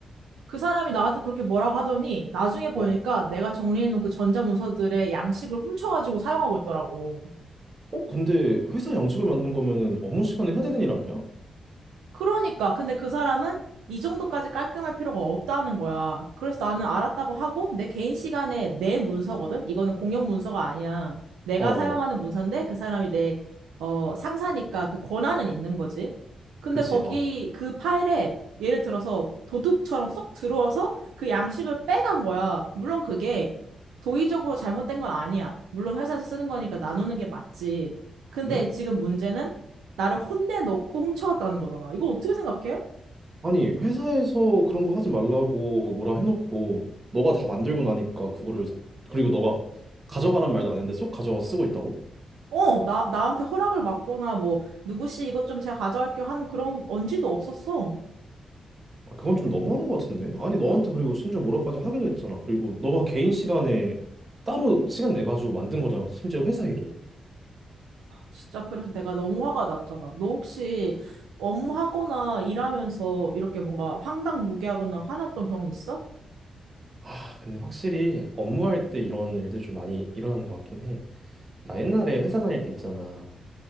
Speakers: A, on the right (about 80°); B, on the right (about 45°).
A: 그 사람이 나한테 그렇게 뭐라고 하더니 나중에 보니까
B: 어,
A: 내가 정리해놓은 그 전자문서들의 양식을 훔쳐가지고 사용하고 있더라고.
B: 어, 근데 회사 양식을 만든 거면은 업무 시간에 해야 되는 일 아니야?
A: 그러니까. 근데 그 사람은 이 정도까지 깔끔할 필요가 없다는 거야. 그래서 나는 알았다고 하고 내 개인 시간에 내 문서거든? 이거는 공용 문서가 아니야. 내가
B: 어,
A: 사용하는
B: 어,
A: 문서인데 그 사람이 내, 어, 상사니까 그 권한은 있는 거지. 근데
B: 그치,
A: 거기
B: 어.
A: 그 파일에 예를 들어서 도둑처럼 쏙 들어와서 그 양식을 빼간 거야. 물론 그게 도의적으로 잘못된 건 아니야. 물론 회사에서 쓰는 거니까 나누는 게 맞지. 근데
B: 응?
A: 지금 문제는 나를 혼내놓고 훔쳐왔다는 거잖아. 이거 어떻게 생각해?
B: 아니, 회사에서 그런 거 하지 말라고 뭐라 해놓고 너가 다 만들고 나니까 그거를, 그리고 너가 가져가란 말도 안 했는데 쏙 가져가서 쓰고 있다고?
A: 어, 나, 나한테 허락을 받거나 뭐, 누구씨 이것 좀 제가 가져갈게요 하는 그런 언지도 없었어.
B: 아, 그건 좀 너무한 것 같은데? 아니, 너한테 그리고 심지어 뭐라까지 하기도 했잖아. 그리고 너가 개인 시간에 따로 시간 내가지고 만든 거잖아. 심지어 회사 일을.
A: 진짜 그래서 내가 너무 화가 났잖아. 너 혹시 업무하거나 일하면서 이렇게 뭔가 황당무계하거나 화났던 경험 있어?
B: 아, 근데 확실히 업무할 때 이런 일들이 좀 많이 일어나는 것 같긴 해. 나 옛날에 회사 다닐 때 있잖아.